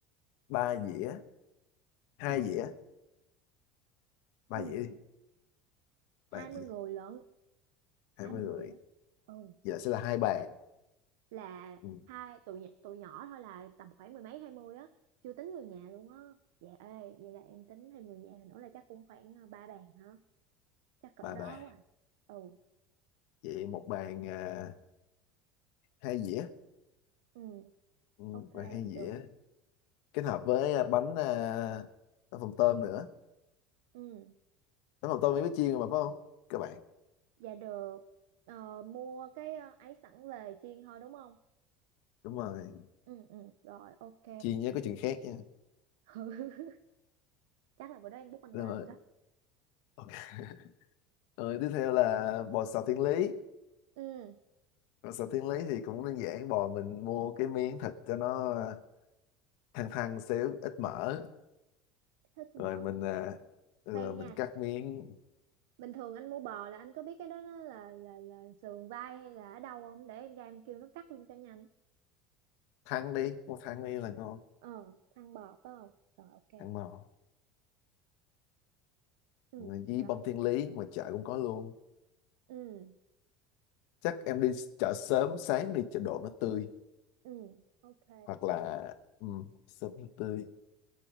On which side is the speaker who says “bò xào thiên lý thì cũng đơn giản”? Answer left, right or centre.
Left